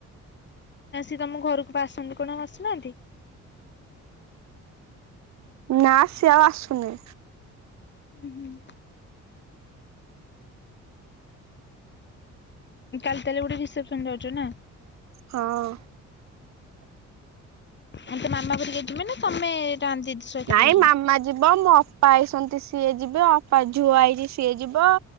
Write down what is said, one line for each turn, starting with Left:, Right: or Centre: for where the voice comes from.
Left: ଆ ସିଏ ତମ ଘରକୁ ପା ଆସନ୍ତି କଣ ଆଉ ଆସୁନାହାନ୍ତି?
Right: ନା ସିଏ ଆଉ ଆସୁନି।
Left: ଉଁ ହୁଁ। କାଲି ତାହେଲେ ଗୋଟେ ରିସେପସନ୍ ଯାଉଚ ନା?
Right: ହଁ।
Left: <unintelligible>
Right: ନାଇଁ
Left: ଯାଇଛ?
Right: ମାମା ଯିବ ମୋ ଅପା ଆଇସନ୍ତି ସିଏ ଯିବେ ଅପା ଝୁଅ ଆଇଚି ସିଏ ଯିବ।